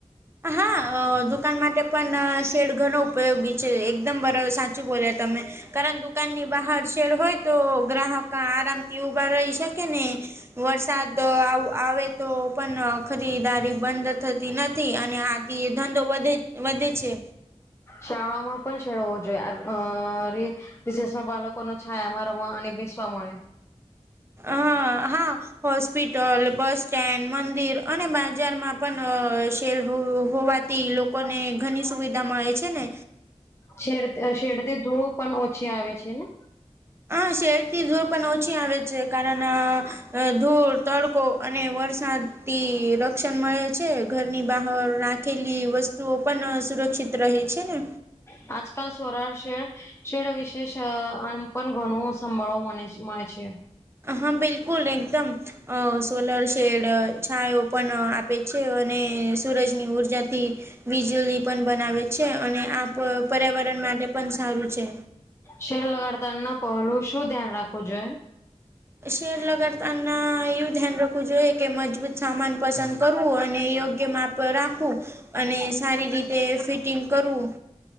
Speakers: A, on the right; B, on the left.
A: હા દુકાન માટે પણ શેડ ઘણો ઉપયોગી છે. એકદમ બરાબર સાચું બોલ્યા તમે કારણ દુકાનની બહાર શેડ હોય તો ગ્રાહક આરામથી ઉભા રહી શકે ને વરસાદ આવે તો પણ ખરીદારી બંધ થતી નથી અને આથી ધંધો વધે વધે છે.
B: શાળામાં પણ શેડો હોવા જોઈએ અરે વિશેષમાં બાળકોને છાયામાં રમવા અને બેસવા મળે
A: અ હા હોસ્પિટલ બસ સ્ટેન્ડ મંદિર અને બજારમાં પણ શેડ હોવાથી લોકોને ઘણી સુવિધા મળે છે ને
B: છેડ છેડતી ધૂળ પણ ઓછી આવે છે ને
A: હ શહેરથી ધૂપ પણ ઓછી આવે છે કારણ ધૂપ તડકો અને વરસાદ થી રક્ષણ મળે છે. ઘરની બહાર રાખેલી વસ્તુઓ પણ સુરક્ષિત રહે છે ને
B: હ <inaudible> આજકાલ સોરાળ શે શેડ વિશેષન પણ ઘણું સંભાળો મળે છે.
A: હા બિલકુલ એકદમ અ સોલર શેડ છાયો એ પણ આપે છે અને સૂરજની ઉર્જાથી વિજળી પણ બનાવે છે. છે અને આ પર્યાવરણ માટે પણ સારું છે.
B: શેર લગાડતા પહેલા શું ધ્યાન રાખવું જોઈએ.
A: શેર લગાડતાના એવું ધ્યાન રાખવું જોઈએ કે મજબૂત સામાન પસંદ કરવું અને યોગ્ય માપ રાખવું અને સારી રીતે ફિટિંગ કરવુ